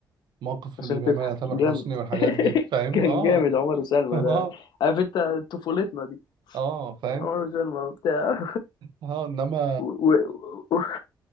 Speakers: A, on the right; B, on the left.
A: موقف
B: عشان
A: اللي بيعملها
B: تضحك
A: تامر
B: جامد
A: حسني والحاجات
B: <laughs>
A: دي فاهم
B: كان
A: اه
B: جامد عمر وسلمى
A: <laughs> اه
B: ده عارف أنت طفولتنا دي
A: اه فاهم
B: عمر وسلمى وبتاع
A: اه انما
B: و... و... و...